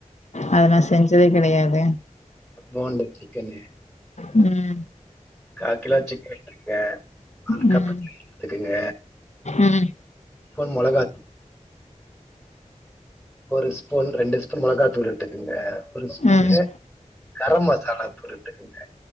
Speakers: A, on the left; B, in the centre.
A: அத நா செஞ்சதே கெடையாது
B: ஃபோன்ல சிக்கனு
A: உம்
B: கால் கிலோ சிக்கன் <inaudible> குங்க அதுக்கப்ற
A: ம்
B: நெய் எடுத்துக்குங்க
A: ம்
B: ஒன் மொளகா ஒரு ஸ்பூன் ரெண்டு ஸ்பூன் மொளகா தூள் எடுத்துக்குங்க ஒரு ஸ்பூனு
A: ம் ம்
B: கரம் மசாலா தூள் எடுத்துக்குங்க